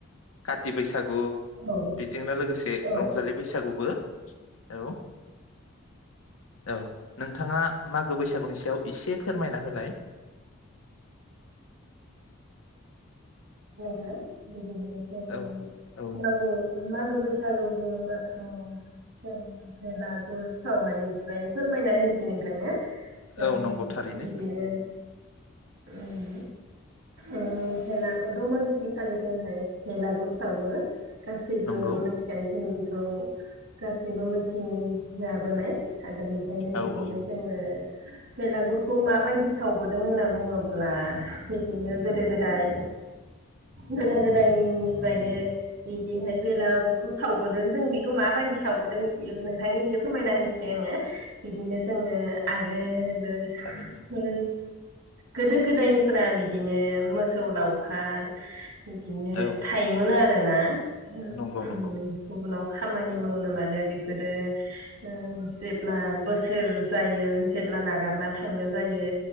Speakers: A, on the left (about 80°); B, on the right (about 80°).
A: काति बैसागु गु
B: औ
A: बिदिंनो लोगोसे
B: औ
A: रंजालि बैसागुबो औ औ नोंथाङा मागो बैसा बैसागुनि सायाव एसे फोरमायना होलाय
B: खा बिदिनोसै
A: औ औ
B: मागो मागो बैसागो सागु बुंबाथ जों बेलागुर सावनायनि ओमफ्राय फोरमायना होनोसै नोंथांनो जोङो
A: औ नंगौ थारैनो
B: बिदिनो उम उम भेला दमानसिखालि जोंहाय भेलागुर सावो गासैबो
A: नंगौ
B: मोनथि खातों जोंङो ओ गासैबो मिथि जाबोनाय हादरनिफ्रायनो
A: औ
B: बिदिनो
A: औ
B: जोंङो बेलागुरखौ माबायदि सावबोदों होनना बुंङोब्ला बिदिनो गोदो गोदाय गोदो गोदायनिफ्रायनो बिदिहाय बेलागुरखौ सावबोदों जों बेखौ माबायदि सावबोदों नोंथांनि एसे फोरमायना होनोसै आंङो बिदिनो जोंङो आगोल <inaudible> उम
A: थारैनो
B: ओ गोदो गोदायनिफोरा बिदिनो बिनो मोसौ लाव खार बिदिनो
A: औ
B: थायोमोन आरोना। गुबुनाव।
A: नंगौ नंगौ
B: खामानि मावनो मानो बेफोरो ओ जेब्ला बोसोर जायो जेब्ला नागारना थांनो जायो।